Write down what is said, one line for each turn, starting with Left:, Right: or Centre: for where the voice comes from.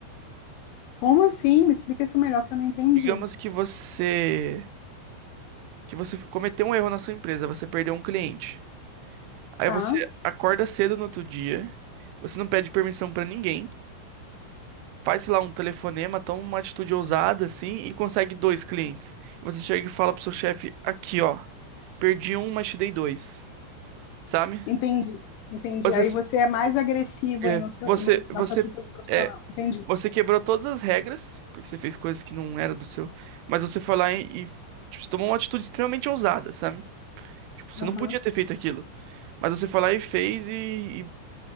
Left: Como assim? Me explica isso melhor que eu não entendi.
Right: Digamos que você que você cometeu um erro na sua empresa, você perdeu um cliente. Aí
Left: Tá,
Right: você acorda cedo no outro dia, você não pede permissão pra ninguém, faz sei lá um telefonema, toma uma atitude ousada assim e consegue dois clientes. Você chega e fala pro seu chefe: aqui ó, perdi um, mas te dei dois, sabe?
Left: entendi, entendi.
Right: Você,
Left: Aí você é mais agressivo
Right: é,
Left: aí no seu,
Right: você,
Left: no-
Right: você,
Left: na sua atitude profissional,
Right: é,
Left: entendi.
Right: você quebrou todas as regras porque você fez coisas que não era do seu, mas você foi lá e, e tipo, você tomou uma atitude extremamente ousada, sabe? Tipo, você
Left: Aham.
Right: não podia ter feito aquilo. Mas você foi lá e fez e,